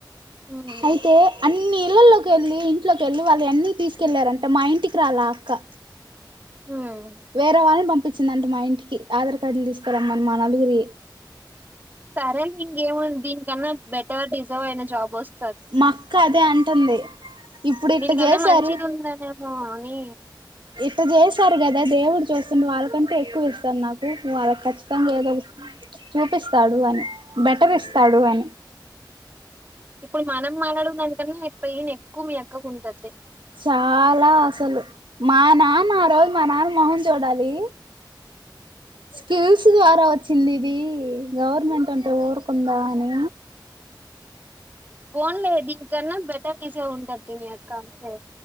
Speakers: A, on the right; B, on the right.
A: హ్మ్
B: అయితే అన్ ఇన్ని ఇళ్ళల్లోకి ఎళ్లి ఇంట్లోకి ఎళ్ళి వాళ్ళు ఎన్ని తీసుకెళ్ళారంట మా ఇంటికి రాలా అక్క
A: హ్మ్
B: వేరే వాళ్ళ బం పపించిందంట మా ఇంటికి ఆధార్ కార్డులు తిసుకురమ్మని మా నలుగురివి
A: సరే ఇంకేముంది దీనికన్నా బెటర్ డిజర్వ్ అయిన జాబ్ వస్
B: మా అక్క అదే అంటుంది ఇప్పుడు ఇట్ట
A: దీనికన్నా
B: జేసారు
A: మంచిది ఉందనేమో అని
B: ఇట్ట జేసారు గదా దేవుడు చూస్తుండు వాళ్ళకంటే ఎక్కువ ఇస్తారు నాకు వాళ్ళకి ఖచ్చితంగా ఏదో చూపిస్తాడు అని బెటర్ ఇస్తాడు అని
A: ఇప్పుడు మనం మాట్లాడే దానికన్నా ఏ పెయిన్ ఎక్కువ మీ అక్క కుంటద్దీ
B: చాలా అసలు మా నాన్న ఆ రోజు మా నాన్న మొహం చూడాలి స్కిల్స్ ద్వారా వచ్చింది ఇది గవర్నమెంట్ అంటే ఊరుకుందా అని
A: పోన్లే దీ కన్నా బెటర్ థిసే ఉంటది మీ అక్క అందుకే